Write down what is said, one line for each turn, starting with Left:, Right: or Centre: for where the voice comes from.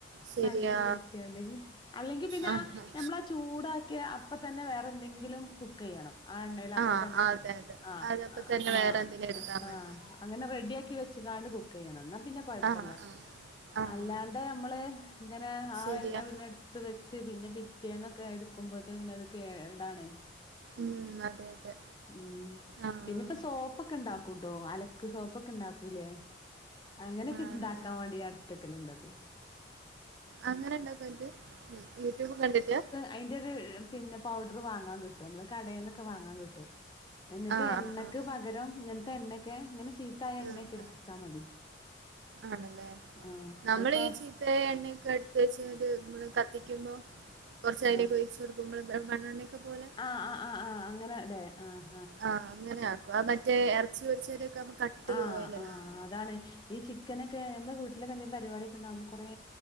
Right: ശരിയാ
Left: അങ്ങനെ വിചാരിച്ചാണ്ട് അല്ലെങ്കി പിന്നെ
Right: ആഹ്
Left: ആ ഞമ്മളാ ചൂടാക്കിയ അപ്പൊ തന്നെ വേറെ എന്തെങ്കിലും കുക്കെയ്യണം ആ എണ്ണയിൽ അപ്പ
Right: ആഹ്
Left: തന്നെ
Right: അതെ അതെ
Left: ആ
Right: അതപ്പ തന്നെ
Left: ആഹ്
Right: വേറെ എന്തെലും എടുത്താ
Left: ആഹ്
Right: മതി
Left: അങ്ങനെ റെഡി ആക്കി വെച്ച്കാണ്ട് കുക്കെയ്യണം ഇന്നാ പിന്നെ കൊഴപ്പല്ല
Right: ആഹ് ആഹ് ആഹ്
Left: അല്ലാതെ നമ്മള് ഇങ്ങനെ ആ
Right: ശരിയാ
Left: എണ്ണ പിന്നെ എട് ത്ത് വെച്ച് പിന്നെ പിറ്റേന്നൊക്കെ എടുക്കുമ്പോത്തിന് പിന്നെ അത് കേടാണ്
Right: ഉം അതെ അതെ
Left: ഉം
Right: ആഹ്
Left: പിന്നെപ്പോ സോപ്പൊക്കെ ഉണ്ടാക്കൂട്ടോ അലക്ക് സോപ്പൊക്കെ ഇണ്ടാക്കൂലേ? അങ്ങനക്കെ ഇണ്ടാക്കാൻ
Right: ആണ്
Left: വാണ്ടി ഞാ ഇട്ത്തക്കല്ണ്ടത്
Right: അങ്ങനെ ഇണ്ടാക്കല്ണ്ട് യൂട്യൂബ് കണ്ടിട്ടാ?
Left: അയിന്റെ ഒരു പിന്നെ പൗഡർ വാങ്ങാ കിട്ടും, നമ്മള് കടേന്നൊക്കെ വാങ്ങാ കിട്ടും എന്നിട്ട്
Right: ആഹ്
Left: എണ്ണക്ക്
Right: ആഹ് ആഹ്
Left: പകരം ഇങ്ങൻത്തെ എണ്ണൊക്കെ ഇങ്ങനെ ചീത്തായ എണ്ണക്കെ
Right: ആഹ്
Left: ഇടുത്താ മതി
Right: ആണല്ലേ
Left: ആഹ്
Right: നമ്മള്
Left: ഇപ്പൊ
Right: ഈ ചീത്ത എണ്ണയൊക്കെ എടുത് വച്ച്മ്മള് കത്തിക്കുമ്പോ കൊറച്ചയിലൊക്കെ
Left: ആഹ്
Right: ഒഴിച്ചു കൊടുക്കുമ്പള് മണ്ണെണ്ണൊക്കെ പോലെ
Left: ആഹ് ആഹ് ആഹ് ആഹ് അങ്ങനെല്ലേ ആഹ്
Right: ആഹ് അങ്ങനെയ പ്പ ആ മറ്റേ എറച്ചിപൊരിച്ചൊരു കം കട്ടി
Left: ആഹ്
Right: ഓയലല്ലോ
Left: ആഹ് അതാണ് ഈ ചിക്കനൊക്കെ നമ്മെ വീട്ടിലൊക്കെ എന്തങ്കി ലും പരിപാടിഒക്കെണ്ടാവുമ്പോ കൊറേ